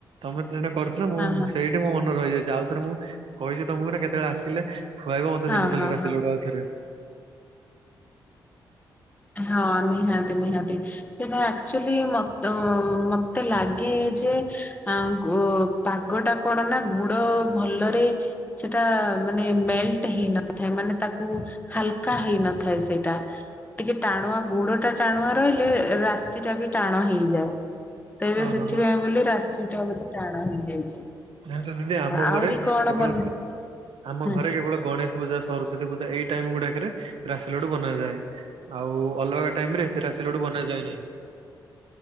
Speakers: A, on the right; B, on the left.
A: ତମେ ତ ଥରେ କରୁଥିଲ ମୁଁ
B: ହଁ
A: ସେଇ ମୋ ମନେ ରହିଯାଇଛି ଆଉଥରେ ମୁଁ କହିଛି ତମକୁ ନା କେତେବେଳେ ଆସିଲେ? ଖୁଆଇବ ମତେ
B: ହଁ
A: ଯେମିତି
B: ହଁ
A: ହେଲେ ରାସିଲଡ଼ୁ
B: ହଁ
A: ଆଉଥରେ?
B: ହଁ ନିହାତି ନିହାତି। ସେଇଟା ଆକ୍ଚୁଆଲି ମ ମତେ ଲାଗେ ଯେ ଆଁ ଗୁ ପାଗ ଟା କଣ ନା ଗୁଡ଼ ଭଲରେ ସେଇଟା ମାନେ ମେଲଟ ହେଇନଥାଏ ମାନେ ତାକୁ ହାଲକା ହେଇନଥାଏ ସେଇଟା। ଟିକେ ଟାଣୁଆ ଗୁଡ଼ ଟା ଟାଣୁଆ ରହିଲେ ରାଶି ଟା ବି ଟାଣ ହେଇଯାଏ। ତେବେବେଳେ
A: ହଁ
B: ସେଥିପାଇଁ
A: ହଁ ହଁ
B: ବୋଲି ରାଶିଟା ବୋଧେ ଟାଣ ହେଇଯାଇଛି।
A: ଜାଣିଛ ଦିଦି ଆମ ଘରେ
B: ଆହୁରି କଣ
A: କେବଳ
B: ବନ
A: ଘ ଆମ
B: ହୁଁ
A: ଘରେ କେବଳ ଗଣେଶ ପୂଜା ସରସ୍ଵତୀ ପୂଜା ଏଇ ଟାଇମ ଗୁଡ଼ାକରେ ରାଶି ଲଡୁ଼ ବନାଯାଏ। ଆଉ ଅଲଗା ଟାଇମ ରେ ଏ ରାସିଲୋଡ଼ୁ ବନା ଯାଏ ନାହିଁ।